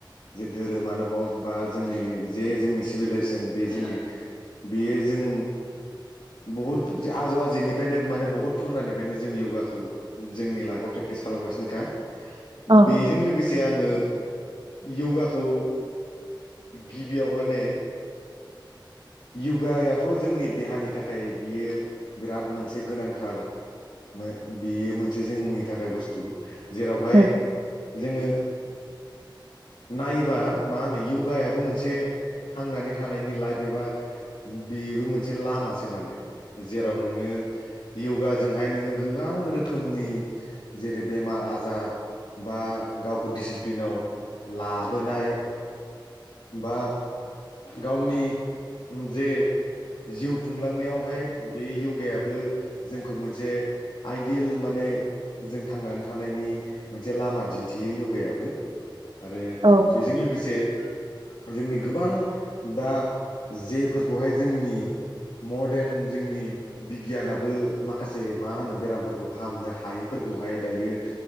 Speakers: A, on the left; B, on the right.
A: जे धोरोमानो हक बा जोंनि जे जोंनि सिभिलाइजेसन बे जोंनि बेयो जों बहुद आजौ आजैनिफ्रायनो माने बहुद फुरनानिफ्रायनो जों योगाखौ जोंनि लाइफआव प्रेकटिस खालामगासिनोखा
B: औ
A: बेजों लोगोसे आङो यगाखौ गिबियाव माने यगायाथ' जोंनि देहानि थाखाय बियो बिराद मोनसे गोनांथार बियो मोनसे जोंनि थाखाय बुस्थु जेरावहाय
B: औ
A: जोङो नायोबा मा होनो यगायाबो मोनसे थांनानै थानायनि लाइफ एबा बेबो मोनसे लामासो माने जेराव नोङो योगा जोंहाय नोङो गोबां रोखोमनि जेरै बेमार आजार बा गावखौ दिसिप्लिनाव लाबोनाय बा गावनि जे जिउ खुंलांनायावहाय बे यगायाबो जोंखौ मोन मोनसे आइडियेल माने जों थांनानै थानायनि मोनसे लामा दिन्थियो योगायाबो आरो
B: औ
A: बेजों लोगोसे जोंनि गोबां दा जेफोरखौहाय जोंनि मदेन जोंनि बिगियानाबो माखा माखसे मा होनो बेरामफोरखौ फाहामनो हायिफोरखौहाय दायो